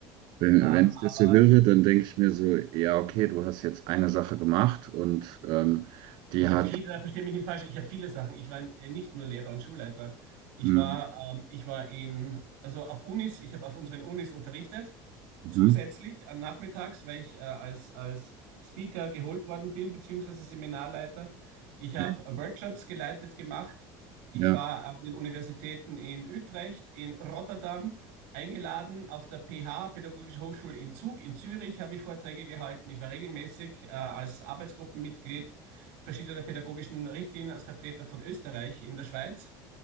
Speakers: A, on the right (about 55°); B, on the right (about 80°).
A: wenn,
B: Ähm,
A: wenn ich
B: aber
A: das so höre, dann denke ich mir so, ja, okay, du hast jetzt eine Sache gemacht und ähm, die
B: Ich
A: hat,
B: habe viele. Da verstehe mich nicht falsch, ich habe viele Sachen. Ich war äh, nicht nur Lehrer und Schulleiter. Ich
A: hm,
B: war, ähm, ich war in, also auf Unis, ich habe auf unseren Unis unterrichtet,
A: mhm,
B: zusätzlich an nachmittags, weil ich äh, als, als Speaker geholt worden bin, beziehungsweise Seminarleiter. Ich habe
A: okay,
B: Workshops geleitet gemacht. Ich
A: ja,
B: war an den Universitäten in Utrecht, in Rotterdam eingeladen, auf der PH, Pädagogische Hochschule in Zug, in Zürich habe ich Vorträge gehalten. Ich war regelmäßig äh, als Arbeitsgruppenmitglied verschiedene pädagogischen Richtlinien als Vertreter von Österreich in der Schweiz.